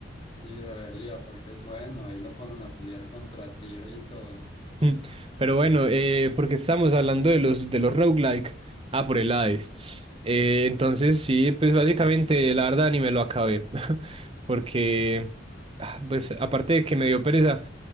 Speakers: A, on the left; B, on the right.
A: Sí, debería, porque es bueno, ahí lo ponen a pelear contra Tyr y todo.
B: Mm, Pero bueno, eh, porque estamos hablando de los, de los roguelike. Ah, por el Hades. Eh, entonces, sí, pues básicamente, la verdad, ni me lo acabé. <laughs> Porque, ah, pues aparte de que me dio pereza.